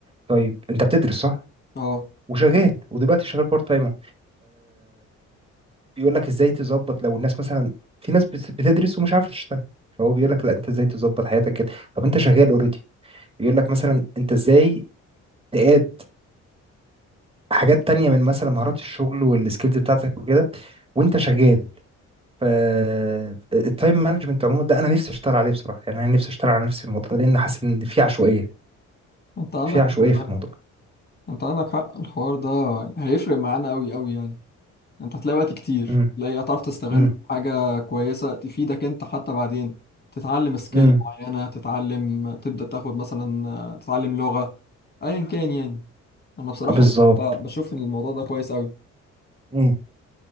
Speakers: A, on the right; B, on the left.
A: طيب انت بتدرس صح
B: اه
A: وشغال ودلوقتي شغال بارت تايم بيقول لك ازاي تظبط لو الناس مثلا في ناس بت- بتدرس ومش عارفه تشتغل فهو بيقول لك لا انت ازاي تظبط حياتك كده طب انت شغال اوريدي يقول لك مثلا انت ازاي تقاد حاجات تانية من مثلا مهارات الشغل والسكيلز بتاعتك وكده وانت شغال ف التايم مانجمنت عموما ده انا نفسي اشتغل عليه بصراحه يعني انا نفسي اشتغل على نفسي في الموضوع ده لان حاسس ان في عشوائيه
B: انت عندك
A: في عشوائيه
B: حق
A: في
B: فعلا.
A: الموضوع
B: انت عندك حق الحوار ده هيفرق معانا قوي قوي يعني انت هتلاقي وقت كتير
A: امم
B: تلاقي هتعرف تستغله
A: امم
B: في حاجه كويسه تفيدك انت حتى بعدين تتعلم سكيل
A: امم
B: معينه تتعلم تبدا تاخد مثلا آه، تتعلم لغه ايا كان يعني انا بصراحه
A: آه، بالظبط
B: بشوف بشوف ان الموضوع ده كويس قوي
A: امم